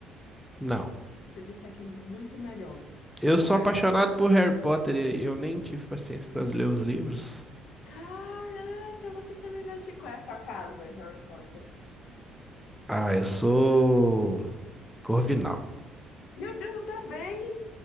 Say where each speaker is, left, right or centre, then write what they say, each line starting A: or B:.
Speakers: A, in the centre; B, on the left.
A: Não.
B: Você disse que é muito melhor.
A: Eu
B: Que
A: sou
B: tá...
A: apaixonado por Harry Potter e eu nem tive paciência para ler os livros.
B: Caraca, você também gosta de... Qual é a sua casa, Harry Potter?
A: Ah, eu sou Corvinal.
B: Meu Deus, eu também!